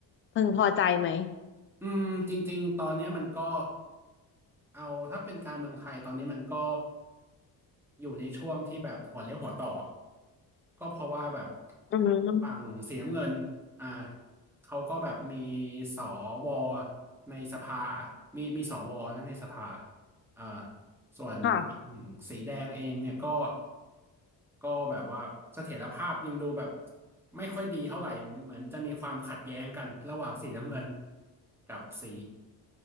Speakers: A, on the left; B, in the centre.
A: พึงพอใจไหม
B: อืมจริงๆตอนเนี้ยมันก็เอาถ้าเป็นการเมืองไทยตอนนี้มันก็อยู่ในช่วงที่แบบหัวเลี้ยวหัวต่อก็เพราะว่าแบบ
A: อืม
B: ฝั่งสีน้ำเงินอ่าเขาก็แบบมีสวในสภามีมีสวนะในสภาอ่า ส่วนอืมสีแดงเองเนี่ยก็
A: ค่ะ
B: ก็แบบว่าเสถียรภาพยังดูแบบไม่ค่อยดีเท่าไหร่เหมือนจะมีความขัดแย้งกันระหว่างสีน้ำเงินกับสี